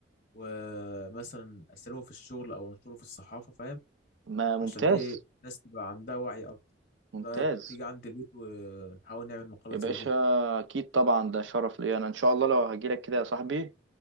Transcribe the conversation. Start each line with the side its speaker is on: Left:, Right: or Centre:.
Left: ومثلا اسلمه في الشغل او انشره في الصحافه فاهم
Right: ما ممتاز
Left: عشان ايه الناس تبقى عندها وعي اكتر
Right: ممتاز
Left: إيه رايك تيجي عندي البيت ونحاول نعمل مقالة
Right: يا
Left: زي
Right: باشا
Left: دي
Right: اكيد طبعا ده شرف ليا انا ان شاء الله لو هجيلك كده يا صاحبي